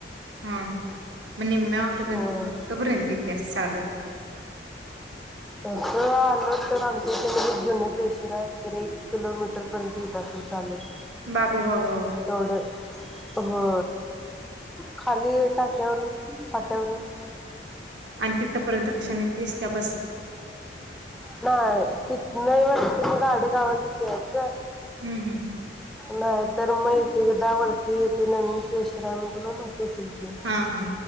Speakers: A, on the right (about 80°); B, in the centre.
A: हम. मग निम्म्या वाटपर्यंत
B: होय
A: म्हणजे कुठं पर्यंत इतियास चालत?
B: तसं आलो तर आमच्या इथ जुने क्लेशर हाय तर एक किलोमीटर पर्यंत ईत असंल चालतं.
A: बाबू बाबू
B: तेढ हो खाली टाक्यावरवरून पाट्यावरून
A: आणि तिथपर्यंत कशाने तीस क
B: नाही त नाही म्ह त गडे गावायचंचं
A: हं हं
B: नाही. तर माहिती आहे. ग दावडती येते नवीन केशरा म्हण म माहि तस घ
A: हां हां